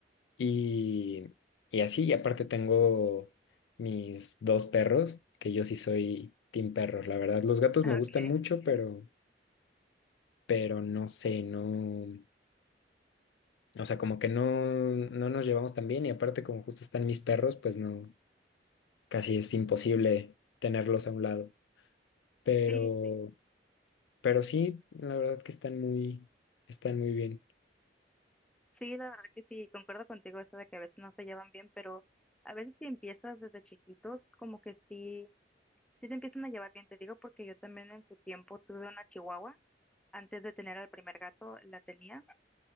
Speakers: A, on the left; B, in the centre.
A: y, y así, y aparte tengo mis dos perros, que yo sí soy team perros, la verdad, los gatos
B: <laughs>
A: me gustan
B: Okay,
A: mucho, pero, pero no sé, no, o sea, como que no, no nos llevamos tan bien y aparte como justo están mis perros, pues no, casi es imposible tenerlos a un lado, pero,
B: sí, sí,
A: pero sí, la verdad que están muy, están muy bien.
B: sí, la verdad que sí, concuerdo contigo eso de que a veces no se llevan bien, pero a veces si empiezas desde chiquitos, como que sí, Sí se empiezan a llevar bien, te digo, porque yo también en su tiempo tuve una chihuahua. Antes de tener al primer gato la tenía,